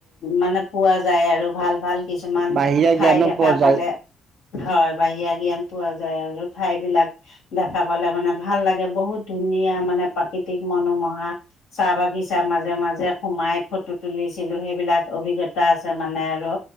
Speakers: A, on the left (about 90°); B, on the right (about 55°).
A: মানে পোৱা যায় আৰু ভাল, ভাল কিছুমান
B: বাহিৰা
A: ঠাই
B: জ্ঞানো
A: দেখা
B: পোৱা যায়
A: পালে। হয়, বাহিৰা জ্ঞান পোৱা যায় আৰু ঠাইবিলাক দেখা পালে মানে ভাল লাগে, বহুত ধুনীয়া মানে প্ৰাকৃতিক মনোমোহা চাহ বাগিচা মাজে, মাজে সোমাই ফটো তুলিছিলোঁ সেইবিলাক অভিজ্ঞতা আছে মানে আৰু।